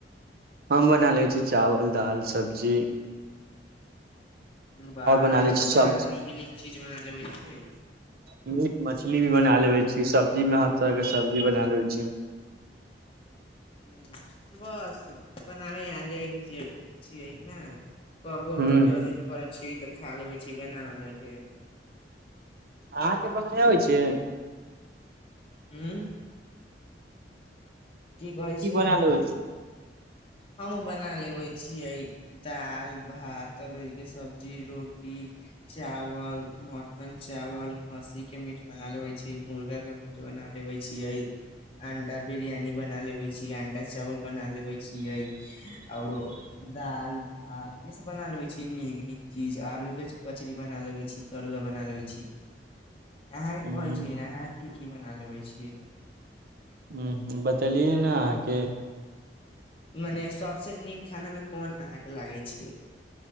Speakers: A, on the right; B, on the left.
A: हम बना लै छी चावल दाल सब्ज
B: बा अहाँके
A: बना ले
B: तऽ
A: छी
B: बड़ा
A: सब
B: नीक नीक चीज बना लेबे छिय
A: मीट मछली भी बना लेबे छी सब्जी में हर तरह के सब्जी बना लेवे छ
B: ह बस अपन अमे याद आइ छिय छिय न कहबहु
A: ह
B: अपन जरूररी पड़ै छै तऽ खा लेबै छी बना उना क
A: अहाँके बनायबइ
B: हूँ की कहै छै
A: बना
B: अहाँक
A: लेबै छी
B: हम बना लेबे छियै दाल भातरहि क सब्जी रोट चावल मटन चावल खस्सी के मीट बना लेबै छै मुर्गा के मी बना लेबे छीिय अंडा बिरियान बना लेबे छीिय अंडा चावल बना लेबे छियै ओरो दालि भात ई सब बना लेवे छी नीक नीक चीज आलू के कचरीी बना लेवे छ तरुआ बना लेबे छ अहां के
A: हूँ
B: कहे छीियै ने अहाँ की की बना लेबे छीयै
A: ह बतेलियै ने अहाँक
B: मने सबसे नीक खाना मे कोन अहाँ के लागै छिय